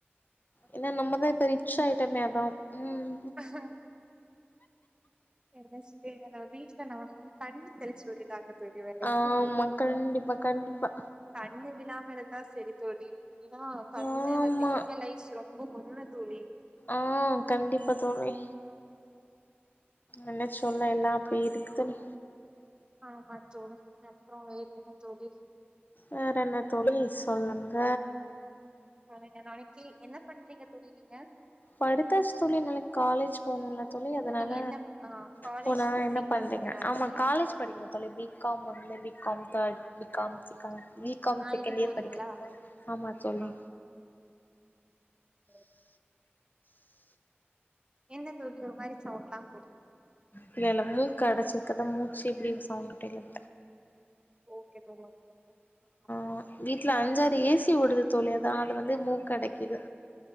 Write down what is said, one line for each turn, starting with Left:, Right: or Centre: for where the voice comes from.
Right: அப்புறம்
Left: ஏனா நம்மதா இப்ப ரிட்ச் ஆயிட்டமே அதான் உம்
Right: அஹ் நெனஸ்டே வீட்டுல நம்மள வந்து தண்ணி தெளிச்சு விட்டுட்டாங்க தோழி வேற
Left: ஆமா
Right: ஒன்னு
Left: கண்டிப்பா கண்டிப்பா
Right: ண்ணு விழாம இருந்தா சரி தோழி ஏனா கண்ணு
Left: ஆமா
Right: வந்து ஈவலைஸ் ரொம்ப <unintelligible> தோழி
Left: ஆ கண்டிப்பா தோழி என்ன சொல்ல எல்லா அப்படி
Right: ஆ
Left: இருக்குதுன்னு
Right: ஆமா தோடு அப்ரோ வேற என்ன தோழி
Left: வேற என்ன தோழி சொல்லுங்க
Right: பலக நாலைக்கி என்ன பண்றீங்க தோழி நீங்க
Left: படுத்தாச்சு தோழி நாளைக்கு காலேஜ் போணுல தோழி
Right: இல்ல
Left: அதனால
Right: நீங்க என்ன ஆ காலேஜ்
Left: ஓ நான்
Right: போறீங்களா
Left: என்ன பண்றீங்க
Right: தோழி நாளைக்கி
Left: ஆமா காலேஜ் படிக்கிற தோழி B com <unintelligible> B com third B காம்
Right: ஓ ஓகே
Left: செகண்
Right: தோழி
Left: பி காம்
Right: நாளைக்கி
Left: செகண்ட் இயர்
Right: போறீங்களா
Left: படிக்கிற ஆமா தோழி
Right: ஆ தோழி என்ன தோழி ஒரு மாரி சௌண்ட்ல
Left: இல்ல இல்ல மூக்கு அடைச்சிருக்கதான் மூச்சு இப்படி சவுண்ட் <unintelligible>
Right: ஓகே தோழி ஓகே ஓகே அ
Left: அ வீட்டுல அஞ்சாறு ஏசி ஓடுது தோழிஅதா அது வந்து மூக் அடைக்குது